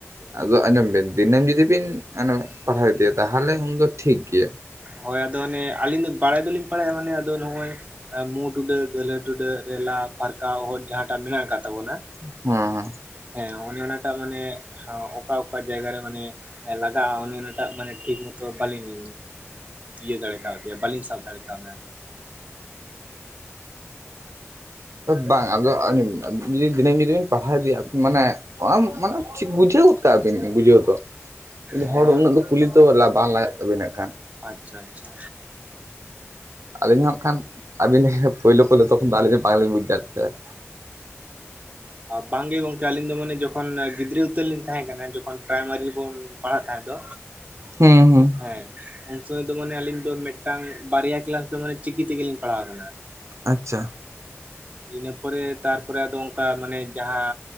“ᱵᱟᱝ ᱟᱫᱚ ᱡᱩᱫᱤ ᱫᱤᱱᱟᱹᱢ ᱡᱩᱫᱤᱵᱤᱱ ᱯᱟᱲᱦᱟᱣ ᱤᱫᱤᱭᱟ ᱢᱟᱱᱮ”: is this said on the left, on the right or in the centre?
Right